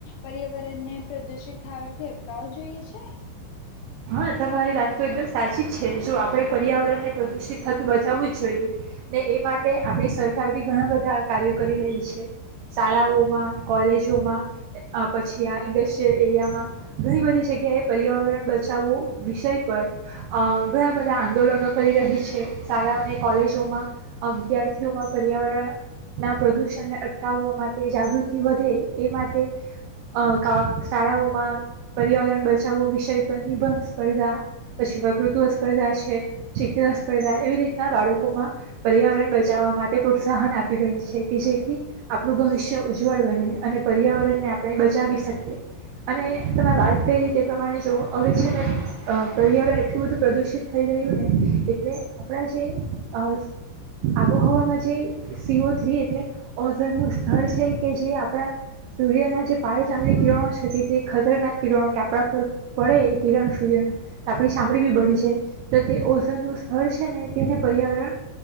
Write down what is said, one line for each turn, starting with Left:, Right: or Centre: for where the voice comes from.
Left: પર્યાવરણને પ્રદુષિત થાવાથી અટકાવું જોઈએ છે?
Right: હા તમારી વાત તો એકદમ સાચી જ છે. જો આપડે પર્યાવરણ ને પ્રદુષિત થતું બચાવુ જ જોઈએ ને એ માટે આપણી સરકાર બી ઘણા બધા કાર્યો કરી રહી છે. શાળાઓમાં કોલ કોલેજોમાં અ-પછી આ ઇન્ડસ્ટ્રીયલ એરિયામાં ઘણી બધી જગ્યાએ પર્યાવરણ બ ચાવો વિષય પર અ ઘણા બધા આંદોલનો કરી રહી છે. શાળાઓ અને કોલેજોમાં વિદ્યાર્થીઓમાં પર્યાવરણ ના પ્રદુષણને અટકાવવા માટે જાગૃતિ વધે એ માટે અ શાળાઓમાં પર્યાવરણ બચાવો વિષય <unintelligible> નિબંધ સ્પર્ધા પછી, પ્રકૃતિવ સ્પર્ધા છે. ચિત્ર સ્પર્ધા એવી રીતના બાળકોમાં પર્યાવરણ બચાવવા માટે પ્રોત્સાહન આપી રહી છે કે જેથી આપણું ભવિષ્ય ઉજ્જવળ બને અને પર્યાવરણને આપણે બચાવી શકીએ. અને તમે વાત કરી તે પ્રમાણે જો અવે છે ને અ પર્યાવરણ એટલું બધું પ્રદુષિત થઈ રહ્યું ને એટલે આપણા જે અસ આબોહવામાં જે સી ઓ થ્રી એટલે ઓઝણનું સ્થળ છે કે જે આપણા સૂર્યના જે પાાર જામલી કિરણો છે કે તે ખતરનાક કિરણો કે આપણા પર પડે એ કિરણ સૂર્યના તો આપણી ચામડી બી બળી જાય તો તે ઓઝનનું સ્થળ છે ને તેને પર્યાવરણ